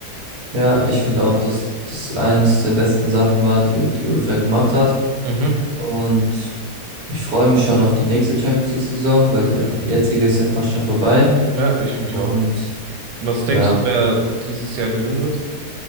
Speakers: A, on the right (about 65°); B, on the right (about 85°).
A: Ja, ich finde auch, dass das eines der besten Sachen war, die die UEFA gemacht hat.
B: Mhm.
A: Und ich freue mich schon auf die nächste Champions League-Saison, weil die
B: Ja.
A: jetzige ist ja fast schon vorbei.
B: Ja, ich mich
A: Und
B: auch. Was
A: ja,
B: denkst du, wer dieses Jahr gewinnen wird?